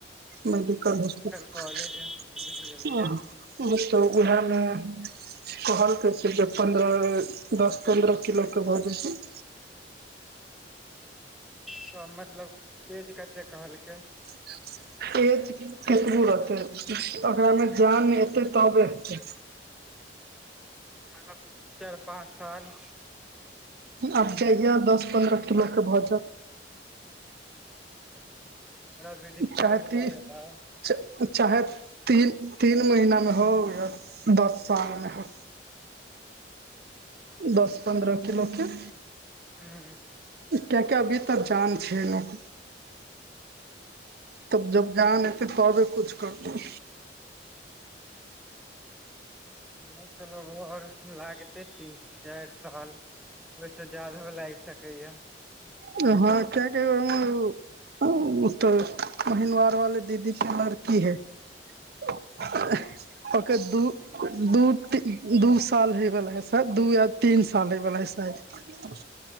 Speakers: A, on the right; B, in the centre.
A: मेडिकल हॉस्पिटल
B: कॉलेज
A: <unintelligible>
B: गेलियै
A: उएहमे कहलके जे पन्द्रह दस पन्द्रह किलो कऽ भऽ जाइ थिन
B: सब मतलब ऐज कते कहलकै
A: <unintelligible> ऐज केतबो रहतै एककरामे जान एतै तबे हेतै
B: मतलब चारि पाँच साल
A: आब जाइया दस पन्द्रह किलो कऽ भऽ जात
B: ओरा भी डिस्चार्ज
A: चाहे ती
B: भए गेला
A: चाहे तीन तीन महीनामे हो या दस साल मे हो दस पन्द्र किलो के
B: हूँँ
A: किआकि अभी तऽ जान छै न <unintelligible> तब जब जान एतै तबे कुछ करतै
B: नै तऽ घर लागतै तीन चारि साल ओहिसे जारो लाएग सकैया
A: हँ <unintelligible> उ तऽ महिनवार वाले दीदी के लड़की है <inaudible> ओकर दू दू दू साल हयवला है दू या तीन साल होई वाला है साद